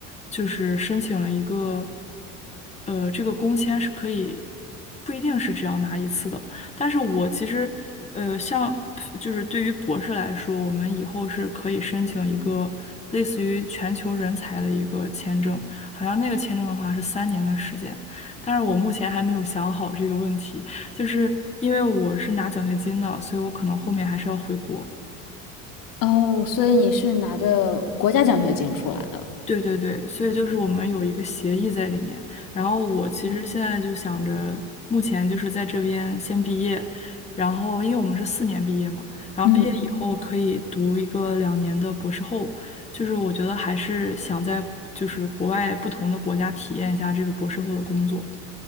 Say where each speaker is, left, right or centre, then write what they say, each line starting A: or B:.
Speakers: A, on the left; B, on the left.
A: 就是申请了一个，呃，这个工签是可以不一定是只要拿一次的，但是我其实呃，像就是对于博士来说，我们以后是可以申请一个类似于全球人才的一个签证，好像那个签证的话是三年的时间。但是我目前还没有想好这个问题，就是因为我是拿奖学金的，所以我可能后面还是要回国。
B: 哦，所以你是拿的国家奖学金出来的。
A: 对对对，所以就是我们有一个协议在里面。然后我其实现在就想着，
B: 嗯。
A: 目前就是在这边先毕业，然后因为我们是四年毕业嘛，然后毕业以后可以读一个两年的博士后，
B: 嗯。
A: 就是我觉得还是想在就是国外不同的国家体验一下这个博士后的工作。